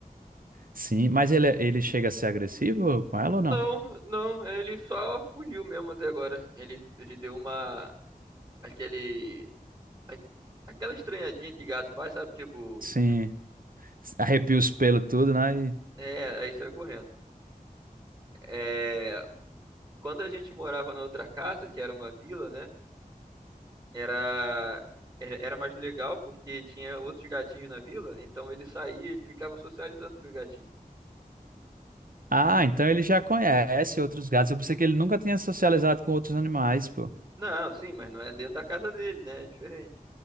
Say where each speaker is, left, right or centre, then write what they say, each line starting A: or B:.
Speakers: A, on the right; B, on the right.
A: Sim, mas ele, ele chega a ser agressivo com ela ou não?
B: Não, não, ele só fugiu mesmo até agora. Ele, ele deu uma, aquele, a- aquela estranhadinha que gato faz, sabe? Tipo,
A: Sim, arrepia os pelos tudo, né? E-
B: é, aí saiu correndo. É, quando a gente morava na outra casa, que era uma vila, né? Era era mais legal porque tinha outros gatinhos na vila, então ele saía, ele ficava socializando com os gatinhos.
A: Ah, então ele já conhece outros gatos. Eu pensei que ele nunca tinha socializado com outros animais, pô.
B: Não, sim, mas não é dentro da casa dele, né? É diferente.